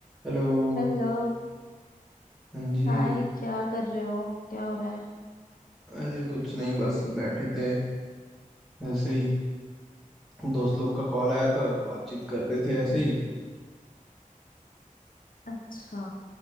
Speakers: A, in the centre; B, on the left.
A: Hello
B: Hello
A: हाँ जी
B: Hi क्या कर रहे हो क्या हो रहा है
A: अरे कुछ नहीं बस बैठे थे ऐसे ही दोस्त लोग का कॉल आया था तो बातचीत कर रहे थे ऐसे
B: हम्म,
A: ही
B: अच्छा